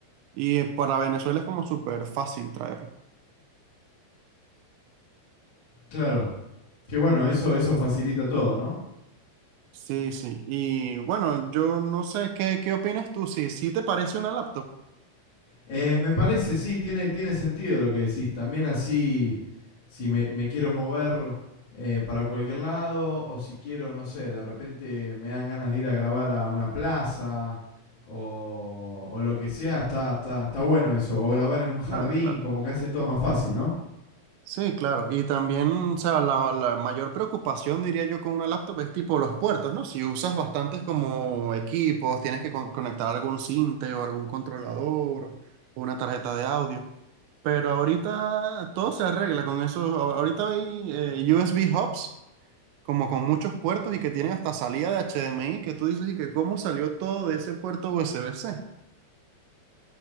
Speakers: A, on the right; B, on the left.
A: Y eh, para Venezuela es como súper fácil traerlo.
B: Claro, que bueno, eso, eso facilita todo, ¿no?
A: Sí, sí. Y bueno, yo no sé, ¿qué, qué opinas tú? Si, si te parece una laptop.
B: Eh, me parece, sí, tiene, tiene sentido lo que decís. También así, si me, me quiero mover eh, para cualquier lado, o si quiero, no sé, de repente me dan ganas de ir a grabar a una plaza, o, o lo que sea, está, está, está bueno eso. O grabar en un jardín,
A: Claro, claro.
B: como que hace todo más fácil, ¿no?
A: Sí, claro. Y también, o sea, la, la mayor preocupación, diría yo, con una laptop es tipo los puertos, ¿no? Si usas bastantes como equipos, tienes que con- conectar algún sinte o algún controlador o una tarjeta de audio. Pero ahorita todo se arregla con eso. A- Ahorita hay eh, USB hubs, como con muchos puertos y que tienen hasta salida de HDMI, que tú dices y que cómo salió todo de ese puerto USB-C.